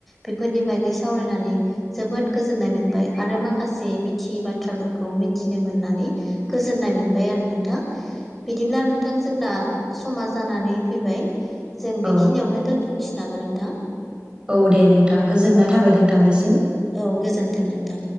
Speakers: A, in the centre; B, on the right (about 20°).
A: बेफोरनि बागै सावरायनानै जोबोद गोजोननाय मोनबाय आरो माखासे मिथियै बाथ्राफोरखौ मिथिनो मोननानै गोजोननाय मोन। बाय आरो नोंथां। बिदिब्ला नोंथां जोंना। समा जानानै फैबाय। जों बेखिनियावनो
B: औ
A: दोन। थनोसै नामा नोंथां?
B: औ दे नोंथां गोजोननाय थाबाय नोंथांनिसिम।
A: औ गोजोन्थों नोंथां